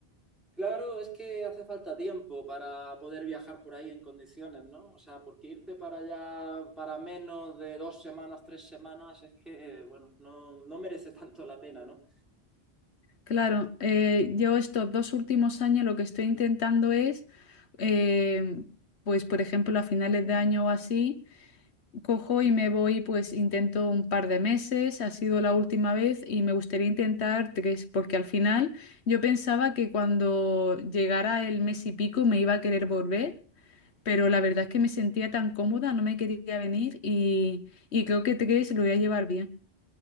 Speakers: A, in the centre; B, on the left.
A: Claro, es que hace falta tiempo para poder viajar por ahí en condiciones, ¿no? O sea, porque irte para allá para menos de dos semanas, tres semanas, es que, bueno, no, no merece tanto la pena, ¿no?
B: Claro, eh, yo estos dos últimos años lo que estoy intentando es, eh, pues por ejemplo, a finales de año o así, Cojo y me voy, pues intento un par de meses, ha sido la última vez y me gustaría intentar tres, porque al final yo pensaba que cuando llegara el mes y pico me iba a querer volver, pero la verdad es que me sentía tan cómoda, no me quería venir y, y creo que tres lo voy a llevar bien.